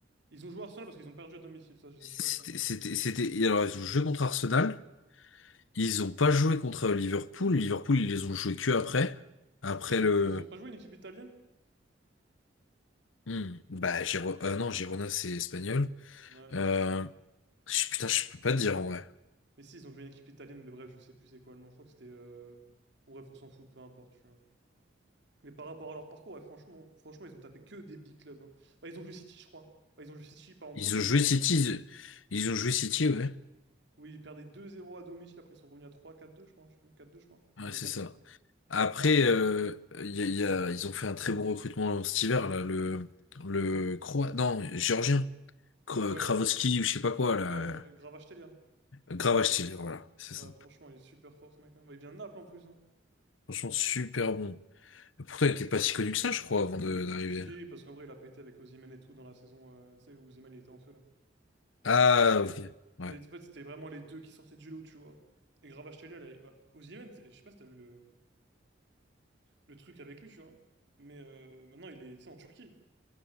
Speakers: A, on the right; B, on the left.
A: Ils ont joué Arsenal parce qu'ils ont perdu à domicile, ça, je suis
B: C'était,
A: sûr et certain.
B: c'était, c'était- alors, ils ont joué contre Arsenal. Ils ont pas joué contre Liverpool. Liverpool, ils les ont joués que après. Après
A: Je crois qu'ils
B: le.
A: ont, ils ont pas joué une équipe italienne?
B: Hmm. Bah, Giro... euh, non, Girona, c'est espagnol.
A: Ouais.
B: Euh... je- Putain, je peux pas te dire, en vrai.
A: Mais si, ils ont joué une équipe italienne, mais bref, je sais plus c'est quoi le nom. Je crois que c'était. euh, Bon, bref, on s'en fout, peu importe, tu vois. Mais par rapport à leur parcours, ouais, franchement, franchement, ils ont tapé que des big clubs. hein. Bah, ils ont joué City, je crois. Bah, ils ont joué City, pas en poule,
B: Ils
A: mais
B: ont joué
A: en.
B: City. Ils, ils ont joué City, ouais.
A: Oui, ils perdaient 2-0 à domicile, après ils sont revenus à trois quatre deux je crois. Je sais plus, quatre deux je crois.
B: Ouais,
A: Ouais,
B: c'est
A: quatre
B: ça.
A: deux.
B: Après,
A: Et ap-
B: euh, y a- y a- ils ont fait un très bon recrutement cet hiver, là. Le. Le. croate Non, Géorgien. Kra-
A: euh, ouais,
B: Kravoski, ou je sais pas quoi,
A: ouais,
B: là.
A: Gravachetelia.
B: Gravache, voilà. C'est
A: Ouais,
B: ça.
A: franchement, il est super fort, ce mec. hein. Bah, il vient de Naples en plus. hein.
B: Franchement, super bon. Pourtant, il était pas si connu que ça, je crois, avant de- d'arriver.
A: Si, parce qu'en vrai, il a pété avec Osimhen et tout dans la saison, euh, tu sais, où Osimhen il était en feu là.
B: Ah, ok. Ouais.
A: Les- en fait, c'était vraiment les deux qui sortaient du lot, tu vois. Et Gravatachelia, là, il- bah, Osimhen, t- je sais pas si t'as vu le, le truc avec lui, tu vois. Mais euh, maintenant, il est, tu sais, en Turquie.